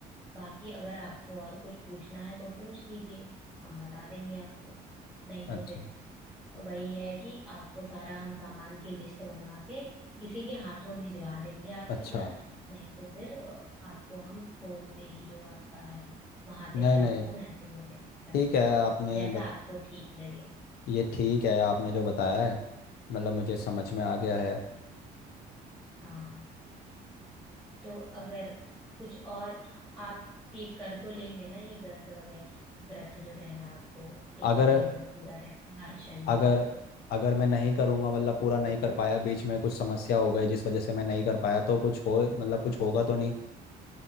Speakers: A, in the centre; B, on the left (about 65°).
A: बाकी अगर आपको और कुछ पूछना है तो पूछ लीजिए हम बता देंगे आपको नहीं
B: अच्छा
A: तो फिर वही है कि आपको सारा हम सामान की लिस्ट बनवा के किसी के हाथों भिजवा देंगे आपके
B: अच्छा
A: घर नहीं तो फिर अ, आपको हम फोन पे ही जो आपका है वहां पे
B: नहीं
A: ही
B: नहीं
A: आपको मैसेज वगैरह कर
B: ठीक
A: देंगे
B: है आपने
A: जैसा
B: बत...
A: आपको ठीक लगे
B: ये ठीक है आपने जो बताया है मतलब मुझे समझ में आ गया है
A: हाँ तो अगर कुछ और आप ये कर तो लेंगे ना ये व्रत वगैरह व्रत जो रहना आपको एक
B: अगर
A: महीने तक पूरा रहना हर शनिवार
B: अगर
A: को
B: अगर मैं नहीं करूँगा मतलब पूरा नहीं कर पाया बीच में कुछ समस्या हो गई जिस वजह से मैं नहीं कर पाया तो कुछ हो मतलब कुछ होगा तो नहीं